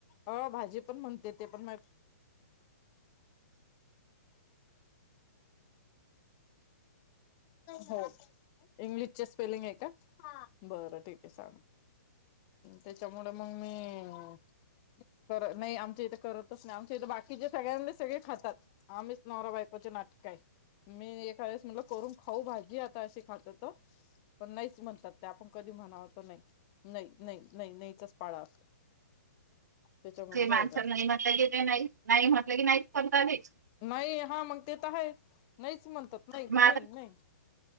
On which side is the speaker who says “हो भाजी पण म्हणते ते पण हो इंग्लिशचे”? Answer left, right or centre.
Left